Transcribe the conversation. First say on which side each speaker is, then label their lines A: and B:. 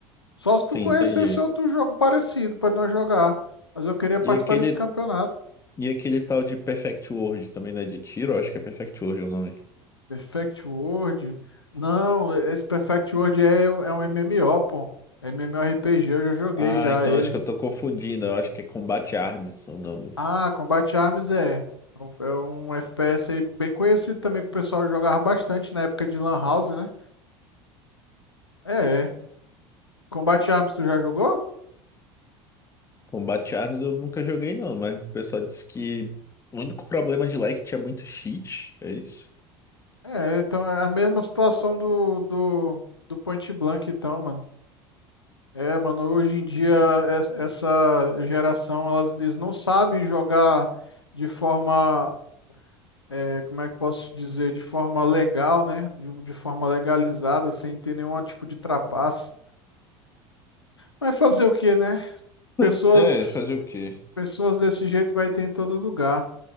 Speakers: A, on the left; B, on the left.
A: Só se tu
B: Sim,
A: conhecesse
B: entendi.
A: outro jogo parecido pra nós jogar. Mas eu queria participar
B: E aquele,
A: desse campeonato.
B: e aquele tal de Perfect World também, né? De tiro, acho que é Perfect World o nome.
A: Perfect World? Não, esse Perfect World é, o- é um MMO, pô. É MMORPG, eu já joguei
B: Ah,
A: já
B: então
A: ele.
B: acho que eu tô confundindo. Eu acho que é Combat Arms o nome.
A: Ah, Combat Arms é. É um é um FPS aí bem conhecido também que o pessoal jogava bastante na época de Lan House, né? É, é. Combat Arms tu já jogou?
B: Combat Arms eu nunca joguei, não, mas o pessoal disse que o único problema de lá é que tinha muito cheat, é isso?
A: É, então é a mesma situação do, do, do Point Blank, então, mano. É, mano, hoje em dia es- essa geração, elas, eles não sabem jogar de forma é, como é que eu posso te dizer, de forma legal, né? De, de forma legalizada, sem ter nenhum tipo de trapaça. Mas fazer o quê, né?
B: <laughs>
A: Pessoas,
B: É, fazer o quê?
A: pessoas desse jeito vai ter em todo lugar.